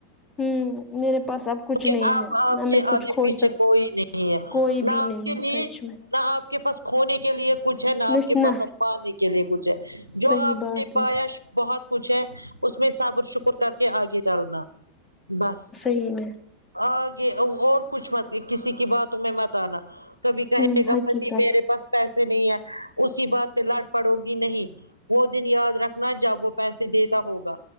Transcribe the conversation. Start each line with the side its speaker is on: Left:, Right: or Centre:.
Left: ہوں میرے پاس اب کچھ
Right: کہ
Left: نہیں
Right: اب
Left: ہے
Right: آپ
Left: نہ
Right: کے
Left: میں کچھ
Right: آگے
Left: کھو
Right: پیچھے
Left: سک
Right: کوئی نہیں ہے
Left: کوئی
Right: نہ آپ
Left: بھی نہیں
Right: کے لیے
Left: سچ میں
Right: نہ آپ کے پاس کھونے کے لیے کچھ ہے نہ آپ
Left: نس
Right: کے
Left: نہ
Right: پاس اب پانے کے لیے کچھ ہے
Left: صحیح
Right: جو آپ
Left: بات
Right: نے پایا
Left: ہے
Right: بہت کچھ ہے اس میں صبر شکر کر کے آگے چلنا بس
Left: جی میں
Right: آگے اور کچھ مت کسی کی باتوں میں مت آنا کبھی کہے
Left: ہوں
Right: گا
Left: حقیقت
Right: پتی میرے پاس پیسے نہیں ہے اسی بات پہ لڑ پڑو گی نہیں وہ دن یاد رکھنا جب وہ پیسے دیتا ہوگا